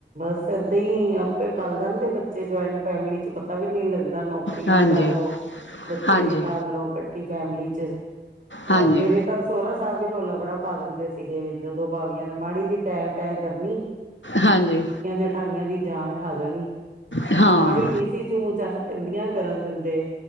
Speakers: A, on the right (about 45°); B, on the left (about 80°).
A: ਬ ਏਦਾਂ ਹੀ ਆਪੇ ਪਲ ਜਾਂਦੇ ਬੱਚੇ ਜੁਆਇੰਟ ਫੈਮਿਲੀ ਚ ਪਤਾ ਵੀ ਨੀ ਲੱਗਦਾ ਨੌਕਰੀਆਂ
B: ਹਾਂਜੀ
A: ਵੀ ਕਰਲੋ ਬੱਚੇ
B: ਹਾਂਜੀ
A: ਵੀ ਪਾਲ ਲੋੋ ਫੈਮਿਲੀ ਚ ਅਹ
B: ਹਾਂਜੀ
A: ਮੇਰੇ ਤਾਂ ਸੋਹਰਆ ਸਾਹਿਬ ਵੀ ਰੋਲਾ ਬੜਾ ਪਾ ਦਿੰਦੇ ਸੀਗੇ ਜਦੋਂ ਬਵੀੀਆਂ ਮਾੜੀ ਜੀ ਟੈਮ ਪੈ ਕਰਨੀ
B: ਹਾਂਜੀ
A: ਪਠਾਨੀਆਂ ਦੀ ਜਾਨ ਖਾ ਜਾਣੀ
B: ਹਾਂ
A: ਮਾੜੀ ਨੀ ਸੀ ਚੂੰ ਚਾਹ ਕਰਨ ਦਿੰਦੇ